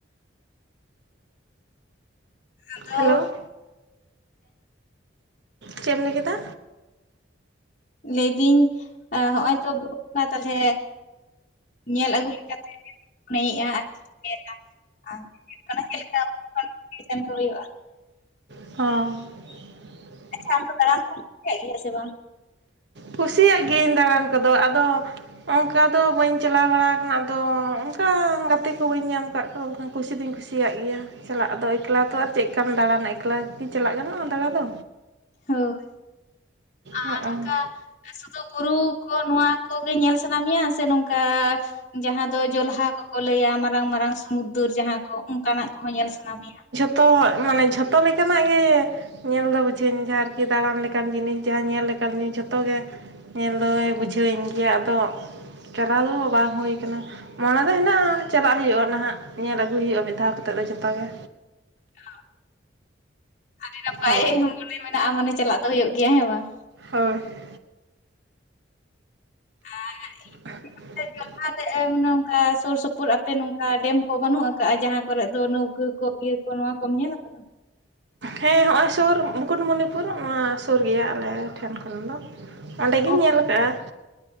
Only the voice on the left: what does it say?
ᱟᱫᱚ
ᱞᱟᱹᱭᱫᱤᱧ ᱦᱚᱜᱼᱚᱭ ᱛᱚ ᱵᱩᱨᱩ ᱵᱚᱸᱜᱟ ᱛᱟᱦᱞᱮ ᱧᱮᱞ ᱟᱹᱜᱩ ᱞᱮᱠᱟ ᱛᱮᱜᱮ ᱢᱚᱱᱮᱭᱮᱫᱼᱟ ᱟᱨᱠᱤ ᱧᱮᱞᱟ ᱚᱱᱠᱟᱱᱟ ᱪᱮᱫ ᱞᱮᱠᱟ ᱠᱚᱢᱯᱤᱴᱤᱥᱮᱱ ᱠᱚ ᱦᱩᱭᱩᱜᱼᱟ ᱾
ᱟᱪᱪᱷᱟ ᱟᱢᱫᱚ ᱫᱟᱲᱟᱱ ᱠᱚᱢ ᱠᱩᱤᱭᱟᱜ ᱜᱮᱭᱟ ᱥᱮ ᱵᱟᱝ?
ᱦᱳᱭ
ᱟᱨ ᱱᱚᱝᱠᱟ ᱥᱩᱫᱩ ᱵᱩᱨᱩ ᱠᱚ ᱱᱚᱣᱟ ᱠᱚᱜᱮ ᱧᱮᱞ ᱥᱟᱱᱟ ᱢᱮᱭᱟ ᱥᱮ ᱱᱚᱝᱠᱟ ᱡᱟᱦᱟᱸ ᱫᱚ ᱡᱚᱞᱦᱟ ᱠᱚᱠᱚ ᱞᱟᱹᱭᱟ ᱢᱟᱨᱟᱝ ᱢᱟᱨᱟᱝ ᱥᱩᱚᱢᱩᱫᱨ ᱡᱟᱦᱟᱸ ᱠᱚ ᱚᱱᱠᱟᱱᱟᱜ ᱠᱚᱦᱚᱸ ᱧᱮᱞ ᱥᱟᱱᱟ ᱢᱮᱭᱟ ᱾
ᱚ, ᱟᱹᱰᱤ ᱱᱟᱯᱟᱭ
ᱢᱚᱱᱮ ᱢᱮᱱᱟᱜᱼᱟ ᱢᱟᱱᱮ ᱪᱟᱞᱟᱜ ᱫᱚ ᱦᱩᱭᱩᱜ ᱜᱮᱭᱟ ᱦᱮᱸ ᱵᱟᱝ,
<unintelligible>
ᱞᱟᱦᱟᱨᱮ ᱮ ᱢᱟᱱᱮ ᱱᱚᱝᱠᱟ ᱥᱩᱨ ᱥᱩᱯᱩᱨ ᱟᱯᱮ ᱱᱚᱝᱠᱟ ᱰᱮᱢ ᱠᱚ ᱵᱟᱹᱱᱩᱜ ᱠᱟᱜᱼᱟ ᱡᱟᱦᱟᱸ ᱠᱚᱨᱮ ᱫᱚ ᱱᱟᱹᱣᱠᱟᱹ ᱠᱚ ᱤᱭᱟᱹ ᱠᱚ ᱱᱚᱣᱟ ᱠᱚᱢ ᱧᱮᱞ ᱠᱟᱫᱟ ᱾
ᱚ